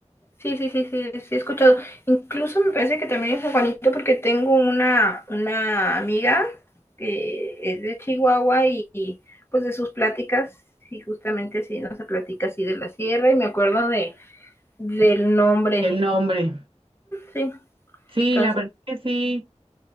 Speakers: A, on the left; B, on the right.
A: Sí, sí, sí, sí, sí, he escuchado. Incluso me parece que también es San Juanito porque tengo una, una amiga que es de Chihuahua y, y, pues de sus pláticas, sí, justamente sí, nos platica así de la sierra y me acuerdo de del nombre.
B: El nombre.
A: Sí,
B: Sí,
A: entonces,
B: la verdad que sí,